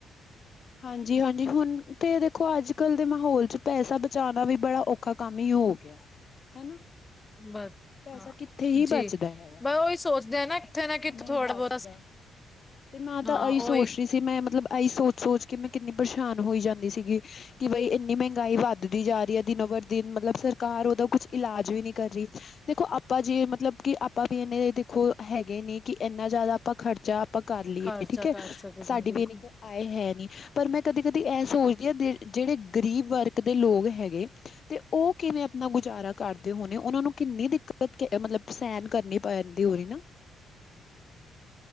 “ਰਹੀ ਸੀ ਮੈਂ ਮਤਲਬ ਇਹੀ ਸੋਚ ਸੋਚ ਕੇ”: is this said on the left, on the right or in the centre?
Left